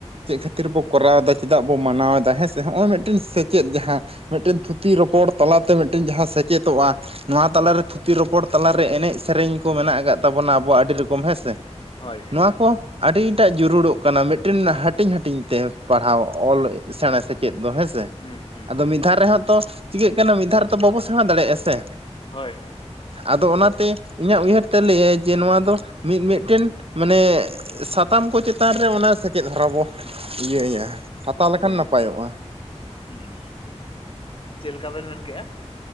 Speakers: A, on the right; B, on the left.
A: ᱪᱮᱫ ᱠᱷᱟᱹᱛᱤᱨ ᱵᱚ ᱠᱚᱨᱟᱣ ᱮᱫᱟ ᱪᱮᱫᱟᱜ ᱵᱚ ᱢᱟᱱᱟᱣ ᱮᱫᱟ ᱦᱮᱸ ᱥᱮ ᱦᱚᱸᱜᱼᱚᱭ ᱢᱤᱫᱴᱮᱱ ᱥᱮᱪᱮᱫ ᱡᱟᱦᱟᱸ ᱢᱤᱫᱴᱮᱱ ᱛᱷᱩᱛᱤ ᱨᱚᱯᱚᱲ ᱛᱟᱞᱟᱛᱮ ᱢᱤᱫᱴᱮᱱ ᱡᱟᱦᱟᱸ ᱥᱮᱪᱮᱛᱚᱜᱼᱟ ᱱᱚᱣᱟ
B: ᱦᱳᱭ
A: ᱛᱟᱞᱟᱨᱮ ᱛᱷᱩᱛᱤ ᱨᱚᱯᱼ ᱨᱚᱯᱚᱲ ᱛᱟᱞᱟᱨᱮ ᱮᱱᱮᱡᱽ ᱥᱮᱨᱮᱧ ᱠᱚ ᱢᱮᱱᱟᱜᱽ ᱟᱠᱟᱫ ᱛᱟᱵᱚᱱᱟ ᱟᱵᱚᱭᱟᱜ ᱟᱹᱰᱤ ᱨᱚᱠᱚᱢ ᱦᱮᱸ ᱥᱮ ᱾
B: ᱦᱳᱭ ᱦᱳᱭ
A: ᱱᱚᱣᱟ ᱠᱚ ᱟᱹᱰᱤᱴᱟᱜ ᱡᱟᱹᱨᱩᱲᱚᱜ ᱠᱟᱱᱟ ᱢᱤᱫᱴᱮᱱ ᱦᱟᱹᱴᱤᱧ ᱦᱟᱹᱴᱤᱧ ᱛᱮ ᱯᱟᱲᱦᱟᱣ ᱚᱞ ᱥᱮᱬᱟ ᱥᱮ ᱪᱮᱫ ᱫᱚ ᱦᱮᱸᱥᱮ
B: ᱦᱩᱸ ᱦᱩᱸ
A: ᱟᱫᱚ
B: ᱦᱩᱸ
A: ᱢᱤᱫ ᱫᱷᱟᱣ ᱨᱮᱦᱚᱸ ᱛᱚ ᱪᱤᱠᱟᱹᱜ ᱠᱟᱱᱟ ᱢᱤᱫ ᱫᱷᱟ ᱛᱚ ᱵᱟᱵᱚ ᱥᱮᱬᱟ ᱫᱟᱲᱮᱭᱟᱜᱼᱟ ᱥᱮ
B: ᱦᱳᱭ ᱦᱳᱭ
A: ᱟᱫᱚ ᱚᱱᱟᱛᱮ ᱤᱧᱟᱹᱜᱽ ᱩᱭᱦᱟᱹᱨ ᱛᱮ ᱞᱟᱹᱭᱟᱭ ᱡᱮ ᱱᱚᱣᱟ ᱫᱚ ᱢᱤᱫ ᱢᱤᱫᱴᱮᱱ ᱢᱟᱱᱮ ᱥᱟᱛᱟᱢ ᱠᱚ ᱪᱮᱛᱟᱱ ᱨᱮ ᱚᱱᱟ ᱥᱮᱪᱮᱫ ᱦᱚᱨᱟ ᱵᱚ ᱤᱭᱟᱹᱭᱟ ᱦᱟᱛᱟᱣ ᱞᱮᱠᱷᱟᱱ
B: ᱦᱩᱸ
A: ᱱᱟᱯᱟᱭᱚᱜᱼᱟ
B: ᱦᱩᱸ ᱦᱩᱸ ᱪᱮᱫ ᱞᱮᱠᱟ ᱵᱮᱱ ᱢᱮᱱ ᱠᱮᱜᱼᱟ?